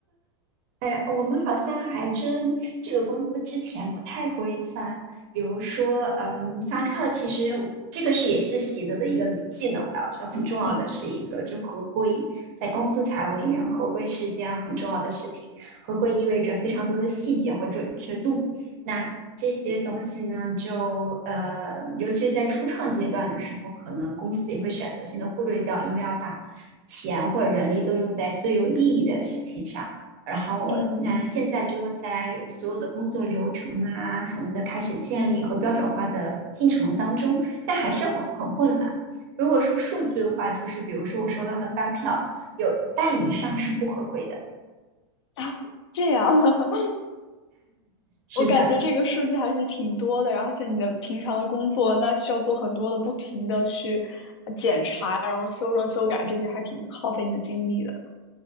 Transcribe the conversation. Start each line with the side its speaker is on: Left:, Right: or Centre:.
Right: 哎，我们好像还真这个公司之前不太规范，比如说，嗯，发票其实这个是也是习得的一个技能吧，我觉得很重要的是一个就合规，
Left: <laughs> 嗯
Right: 在公司财务里面，合规是件很重要的事情，合规意味着非常多的细节和准确度，那这些东西呢，就呃，尤其在初创阶段的时候，可能公司也会选择性的忽略掉，因为要把钱或者人力都用在最有意义的事情上。然后那现在就在所有的工作流程啊什么的开始建立和标准化的进程当中，
Left: 嗯
Right: 但还是很很混乱。如果说数据的话，就是比如说我收到的发票有半以上是不合规的。
Left: 啊，这样。<laughs>
Right: 是的，
Left: 我感觉这个数据还是挺多的，而且你的平常的工作，那需要做很多的不停的去检查，然后修正、修改这些，还挺耗费你的精力的。